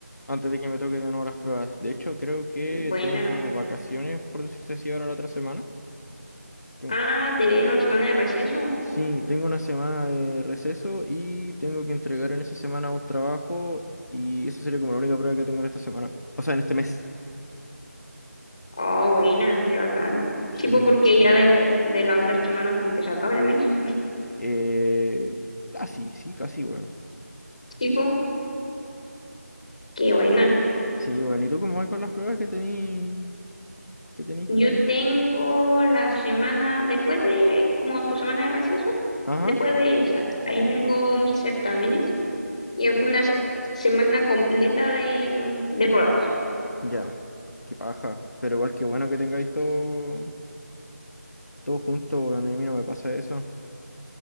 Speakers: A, on the left; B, on the left.
A: antes de que me toque de nuevo las pruebas. De hecho, creo que
B: Buena.
A: tengo vacaciones, por decirse así, ahora la otra semana. Ten-
B: Ah, te dieron la semana de receso.
A: Sí, tengo una semana de receso y tengo que entregar en esa semana un trabajo y esa sería como la única prueba que tengo en esta semana. O sea, en este mes.
B: Oh, buena, qué bacán.
A: Sí.
B: Tipo, porque ya de, de la otra semana como que se acaba el mes.
A: Eh, casi, sí, sí, casi, bueno.
B: Tipo, qué buena.
A: Sí, bueno. ¿Y tú cómo vas con las pruebas que tení, que tenéis
B: Yo
A: por ahí?
B: tengo la semana, después de, como tu semana de receso,
A: Ajá,
B: después de esa, ahí tengo mis certámenes y es una se- semana completa de, de pruebas.
A: ya. Qué paja. Pero igual que bueno que tengáis todo, todo junto, bueno. Y a mí no me pasa eso.